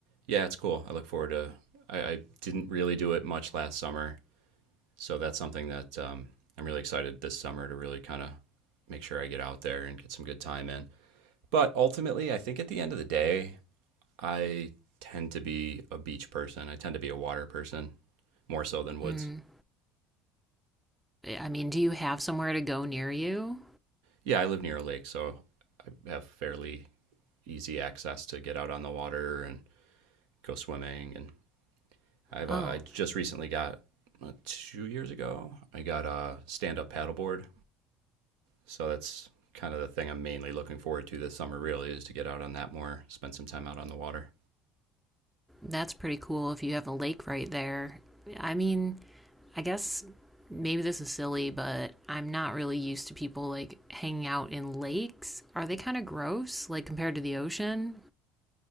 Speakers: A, on the right (about 80°); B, in the centre.
A: Yeah, it's cool. I look forward to. I, I didn't really do it much last summer, so that's something that um, I'm really excited this summer to really kind of make sure I get out there and get some good time in. But ultimately, I think at the end of the day, I tend to be a beach person. I tend to be a water person more so than woods.
B: Mm. I mean, do you have somewhere to go near you?
A: Yeah, I live near a lake, so I have fairly easy access to get out on the water and go swimming. And I've uh,
B: Oh,
A: I just recently got uh, two years ago I got a stand-up paddleboard, so that's kind of the thing I'm mainly looking forward to this summer. Really, is to get out on that more, spend some time out on the water.
B: that's pretty cool if you have a lake right there. I mean, I guess maybe this is silly, but I'm not really used to people like hanging out in lakes. Are they kind of gross, like compared to the ocean?